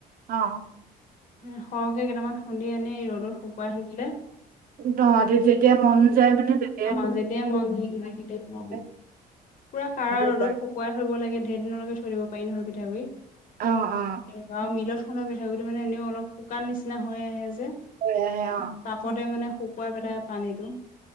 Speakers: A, on the right; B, on the left.
A: অঁ
B: সে সৰহকে কেইটামান খুন্দি এনেই ৰ'দৰ শুকুৱাই থৈ দিলে।
A: দ যেতিয়া মন যায় মানে তে
B: অঁ যেতিয়াই মন যায় কিবাকিবি <unintelligible>
A: পেলাই
B: পুৰা কাৰা
A: খাব
B: ৰ'দত
A: পাৰি।
B: শু শুকোৱাই থৈ দিব লাগে, দেৰ দিনলৈকে থৈ দিব পাৰি নহয় পিঠাগুড়ি
A: অ', অ',
B: তেনেকোৱা আৰু মিলত খুন্দা পিঠা গুড়িটো মানে এনেও অলপ শুকান নিচিনা হৈ আহে যে।
A: হৈ আহে অ'।
B: তাপতে মানে শুক শুকুৱাই পেলাই পানীটো